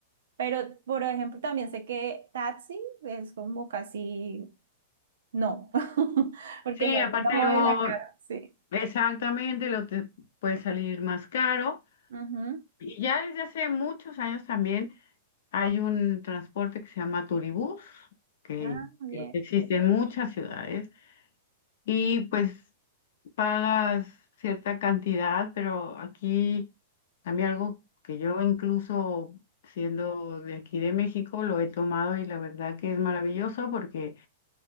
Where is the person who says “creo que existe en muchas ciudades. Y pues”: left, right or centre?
Left